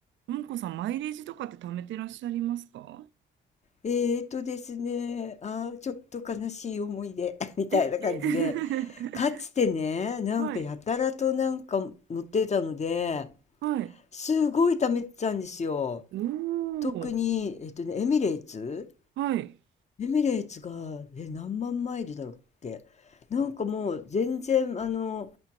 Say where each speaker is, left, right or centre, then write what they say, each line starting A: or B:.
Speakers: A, on the right; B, on the left.
A: ももこさん、マイレージとかって貯めてらっしゃいますか
B: えーとですね、あー、ちょっと悲しい思い出 <laughs> みたいな感じで、
A: え <laughs>
B: かつてね、なんかやたらとなんか乗ってたので、
A: はい、はい。
B: すごい貯めてたんですよ。
A: おー、
B: 特に、えっとね、エミレーツ
A: はい、
B: エミレーツが、え、何万マイルだろうっけなんかもう全然、あの、